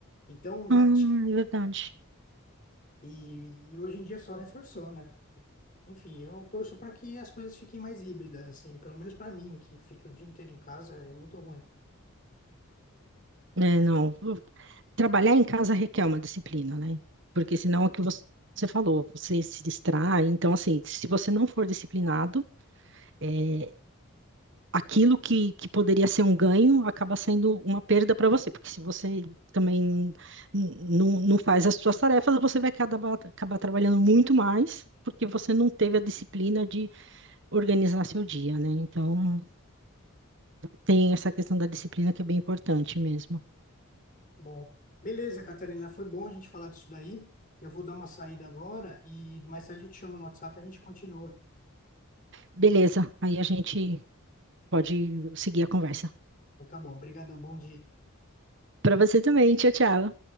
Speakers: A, on the left; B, on the right.
A: Então, já
B: Ah,
A: tinha.
B: é verdade.
A: E, e hoje em dia só reforçou, né? Enfim, eu torço para que as coisas fiquem mais híbridas, assim, pelo menos para mim, que fica o dia inteiro em casa, é muito ruim.
B: É, não. Trabalhar em casa requer uma disciplina, né? Porque senão é o que você você falou, você se distrai. Então, assim, se você não for disciplinado, é, aquilo que, que poderia ser um ganho acaba sendo uma perda para você. Porque se você também n- não não faz as suas tarefas, você vai acabar, acabar trabalhando muito mais, porque você não teve a disciplina de organizar seu dia, né? Então, tem essa questão da disciplina que é bem importante mesmo.
A: Bom, beleza, Catarina, foi bom a gente falar disso daí. Eu vou dar uma saída agora e mais tarde eu te chamo no WhatsApp e a gente continua.
B: Beleza, aí a gente pode seguir a conversa.
A: Então tá bom, brigadão, bom dia.
B: Para você também, tchau, tchau.